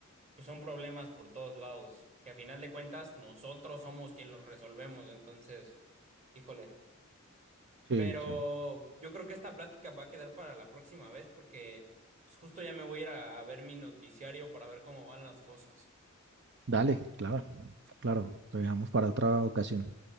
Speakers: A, on the right (about 35°); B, on the right (about 55°).
A: pues son problemas por todos lados, que a final de cuentas nosotros somos quien los resolvemos, entonces, híjole.
B: Sí,
A: Pero
B: sí.
A: yo creo que esta plática va a quedar para la próxima vez porque pues, justo ya me voy a ir a ver mi noticiario para ver cómo van las cosas.
B: Dale, claro, claro, lo dejamos para otra ocasión.